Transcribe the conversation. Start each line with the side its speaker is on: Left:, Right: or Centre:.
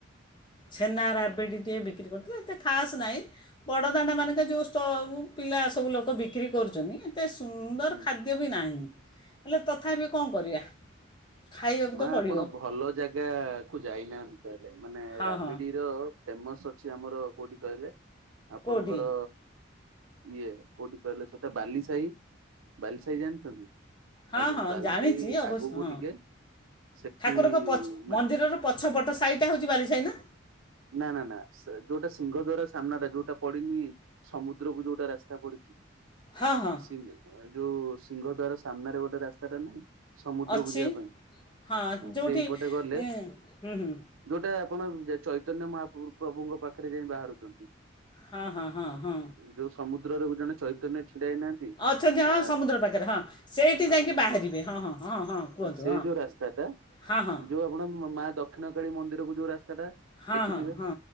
Left: ଛେନା ରାବିଡ଼ି ଟିଏ ବିକ୍ରି କରୁଥିଲେ ଏତେ ଖାସ୍ ନାହିଁ। ବଡ଼ଦାଣ୍ଡ ମାନଙ୍କରେ ଯୋଉ ଷ୍ଟ ଉଁ ପିଲା ସବୁ ଲୋକ ବିକ୍ରି କରୁଚନ୍ତି। ଏତେ ସୁନ୍ଦର
Right: ହୁଁ
Left: ଖାଦ୍ୟ ବି ନାହିଁ ହେଲେ ତଥାପି କଣ କରିବା। ଖାଇବାକୁ
Right: ମା
Left: ତ ପଡ଼ିବ
Right: ଆପଣ ଭଲ ଜାଗା କୁ ଯାଇନାହାନ୍ତି ତାହେଲେ ମାନେ
Left: ହଁ
Right: ରାବିଡି
Left: ହଁ
Right: ର। ଫେମସ୍ ଅଛି ଆମର କୋଉଠି କହିଲେ ଆପଣଙ୍କର
Left: କେଉଁଠି
Right: ଇଏ କୋଉଠି କହିଲେ ସେଟା ବାଲିସାହି ବାଲିସାହି ଜାଣିଛନ୍ତି
Left: ହଁ
Right: ଆଜ୍ଞା
Left: ହଁ
Right: ବାଲିସାହି
Left: ଜାଣିଛି ଅବଶ୍ୟ
Right: ଆଗକୁ
Left: ହଁ
Right: ଟିକେ ସେଠି
Left: ଠାକୁରଙ୍କ ପଛ
Right: ମା
Left: ମନ୍ଦିରର ପଛପଟ ସାହିଟା ହେଉଛି ବାଲିସାହି ନା
Right: ନା ନା ନା ଯୋଉଟା ସିଂହଦ୍ଵାରା ସାମ୍ନା ଟା ଯୋଉଟା ପଡିନି ସମୁଦ୍ରକୁ ଯୋଉଟା ରାସ୍ତା ପଡିଛି
Left: ହଁ ହଁ
Right: ଏ ଯୋଉ ସିଂହଦ୍ଵାର ସାମ୍ନାରେ ଗୋଟେ ରାସ୍ତାଟା ନାହିଁ ସମୁଦ୍ରକୁ
Left: ଅଛି
Right: ଯିବା ପାଇଁ
Left: ହଁ ଯୋଉଠି
Right: ସେଇପଟେ ଗଲେ
Left: ହିଁ ହୁଁ ହୁଁ
Right: ଯୋଉଟା ଆପଣ ଚୈତନ୍ୟ ମହାପ୍ର ପ୍ରଭୁଙ୍କ ପାଖରେ ଯାଇ ବାହାରୁଛନ୍ତି
Left: ହଁ ହଁ ହଁ ହଁ ହଁ।
Right: ଯୋଉ ସମୁଦ୍ରରେ ଜଣେ ଚୈତନ୍ୟ ଛିଡା ହେଇନାହାନ୍ତି।
Left: ଅଛନ୍ତି ହଁ
Right: ଆ
Left: ସମୁଦ୍ର ପାଖରେ ହଁ ସେଇଠି
Right: ହଁ
Left: ଯାଇକି ବାହାରିବେ ହଁ ହଁ ହଁ ହଁ କୁହନ୍ତୁ?
Right: ସେଇ ଯୋଉ ରାସ୍ତାଟା
Left: ହଁ ହଁ
Right: ଯୋଉ ଆପଣ ମା ଦକ୍ଷିଣ କାଳୀ ମନ୍ଦିରକୁ ଯୋଉ ରାସ୍ତାଟା
Left: ହଁ
Right: ଦେଖିଥିବେ
Left: ହଁ ହଁ